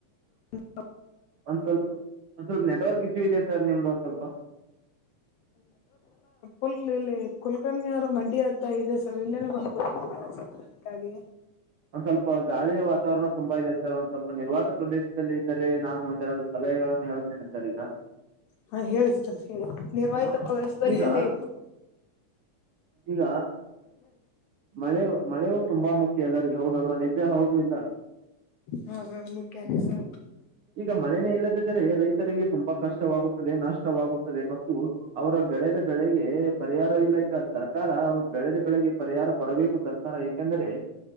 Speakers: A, on the left; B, on the right.
A: <unintelligible> <inaudible>
B: ಒಂದ್ ಸ್ವಲ್ಪ ಒಂದ್ ಸ್ವಲ್ಪ ನೆಟ್ವರ್ಕ್ ಇಶ್ಯೂ ಇದೆ ಸರ್ ನಿಮ್ದು ಒಂದ್ ಸ್ವಲ್ಪ
A: ುಲ್ ಇಲ್ಲಿ ಕುಲ್ಕನ್ಯ್ರ ಮಡ್ಡಿ ಹತ್ತ ಇದೆ ಸರ್ ಇಲ್ಲೇನೆ ಬಂದು ಅದಕ್ಕಾಗಿ
B: ಒಂದ್ ಸ್ವಲ್ಪ ಗಾಳಿ ವಾತಾವರಣ ತುಂಬಾ ಇದೆ ಸರ್ಂದ್ ಸ್ವಲ್ಪ ನಿರ್ವಾತ ಪ್ರದೇಶದಲ್ಲಿ ಇದ್ದರೆ ನಾನು ಒಂದೆರಡು ಸಲಹೆಗಳನ್ನು ಹಳ್ುತ್ತೇನೆ ಸರ್ ಈಗ
A: ಹಾ ಹೇಳಿಸ್ತರ್ ಹೇಳ ನಿರ್ವಾಯಿತ ಪ್ರದೇಶದಲ್ಲಿ
B: ಈಗ
A: ಎಲ್ಲಿ
B: ಈಗ ಮಳೆ ಮಳೆ ತುಂಬಾ ಮುಖ್ಯ ಎಲ್ಲರಿಗ ಹೌದಲ್ವಾ ನಿದ್ದೆ ಹೌದು ಇಲ್ಲ
A: ಹಾ ಸರ್ ಮುಖ್ಯನ ಸರ್
B: ಈಗ ಮಳೆನೇ ಇಲ್ಲದಿದ್ದರೆ ರೈತರಿಗೆ ತುಂಬಾ ಕಷ್ಟವಾಗುತ್ತದೆ ನಷ್ಟ ನಷ್ಟ ವಾಗುತ್ತದೆ ಮತ್ತು ಅವರ ಬೆಳೆದ ಬೆಳೆಗೆ ಪರಿಹಾರ ಇಲ್ಲ ಈಗ ಸರ್ಕಾರ ಬೆಳೆದ ಬೆಳಗ್ಗೆ ಪರಿಹಾರ ಕೊಡಬೇಕು ಸರ್ಕಾರ ಯಾಕೆಂದ್ರೆ